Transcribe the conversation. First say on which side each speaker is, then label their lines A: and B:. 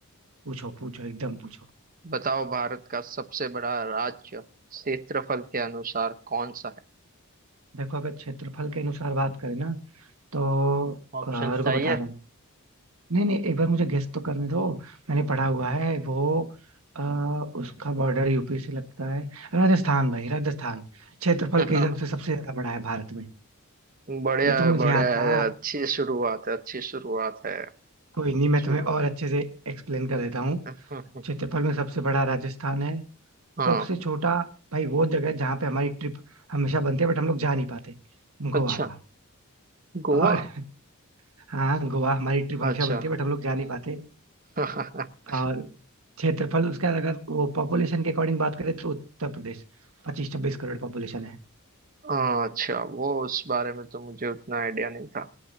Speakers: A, on the right; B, on the right.
A: पूछो पूछो एकदम पूछो
B: बताओ भारत का सबसे बड़ा राज्य क्षेत्रफल के अनुसार कौन सा
A: देखो अगर क्षेत्रफल के अनुसार बात करें ना तो
B: ऑप्शन
A: अ, रुको
B: चाहिए
A: बता रहा
B: है
A: हूँ नहीं नहीं एक बार मुझे गेस तो करने दो मैंने पढ़ा हुआ है वो आ, उसका बॉर्डर यूपी से लगता है राजस्थान भाई राजस्थान क्षेत्रफल
B: <laughs>
A: के हिसाब से सबसे ज्यादा बड़ा है भारत में
B: बढ़िया
A: ये तो
B: है
A: मुझे
B: बढ़िया
A: आता
B: है अच्छी शुरुआत है अच्छी शुरुआत है
A: कोई नहीं मैं
B: शुरुआत
A: तुम्हें और अच्छे से एक्सप्लेन कर देता हूँ
B: <laughs>
A: क्षेत्रफल में सबसे बड़ा राजस्थान है
B: हाँ
A: सबसे छोटा भाई वो जगह है जहाँ पे हमारी ट्रिप हमेशा बनती है बट हम लोग जा नहीं पाते गोवा
B: अच्छा गोवा
A: और <laughs> हाँ गोवा हमारी ट्रिप हमेशा
B: अच्छा
A: बनती है बट हम लोग जा नहीं पाते
B: <laughs>
A: और क्षेत्रफल उसका अगर वो पॉपुलेशन के अकॉर्डिंग बात करें तो उत्तर प्रदेश पच्चीस छब्बीस करोड़ पॉपुलेशन है
B: हाँ, अच्छा वो उस बारे में तो मुझे उतना आइडिया नहीं था